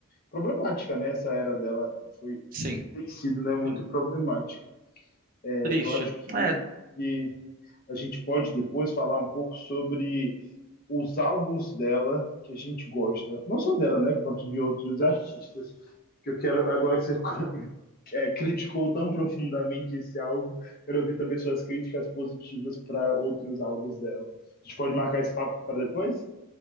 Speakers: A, on the left; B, on the right.
A: problemática, né? Essa era dela foi
B: Sim,
A: tem sido, né, muito
B: sim.
A: problemática. É,
B: Triste.
A: eu acho que,
B: É.
A: que a gente pode depois falar um pouco sobre os álbuns dela que a gente gosta, não só dela, né, quanto de outros artistas que eu quero, agora que você é, criticou tão profundamente esse álbum, quero ouvir também suas críticas positivas para outros álbuns dela. A gente pode marcar esse papo para depois?